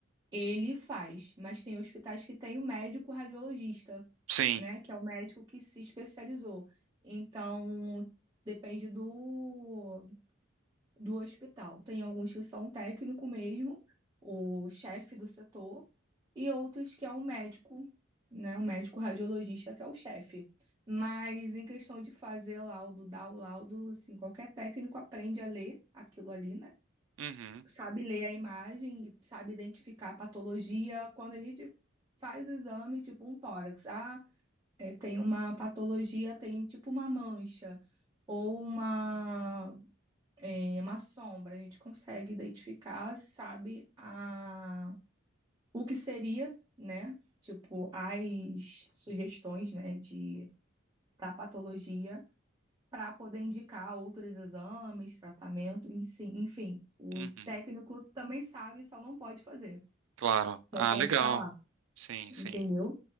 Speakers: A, on the right (about 20°); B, on the right (about 85°).
A: Ele faz, mas tem hospitais que tem o médico radiologista,
B: Sim.
A: né, que é o médico que se especializou. Então, depende do do hospital. Tem alguns que são técnico mesmo, o chefe do setor, e outros que é um médico, né, um médico radiologista que é o chefe. Mas em questão de fazer laudo, dar o laudo, assim, qualquer técnico aprende a ler aquilo ali, né?
B: Uhum.
A: Sabe ler a imagem e sabe identificar a patologia. Quando a gente faz o exame, tipo um tórax, ah, é, tem uma patologia, tem tipo uma mancha ou uma é uma sombra, a gente consegue identificar, sabe a, o que seria, né? Tipo, as sugestões, né, de, da patologia para poder indicar outros exames, tratamento, enfim, O
B: Uhum.
A: técnico também sabe, só não pode fazer,
B: Claro.
A: não
B: Ah,
A: pode
B: legal.
A: falar,
B: Sim, sim.
A: entendeu?